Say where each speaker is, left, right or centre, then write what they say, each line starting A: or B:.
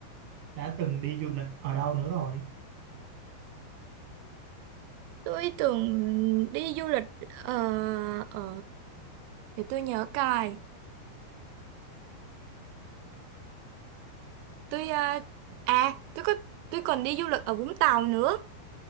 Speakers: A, on the right; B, on the right.
A: đã từng đi du lịch ở đâu nữa rồi
B: tôi tưởng đi du lịch ờ, ở thì tôi nhớ cài tôi ờ, à tôi có tôi còn đi du lịch ở Vũng Tàu nữa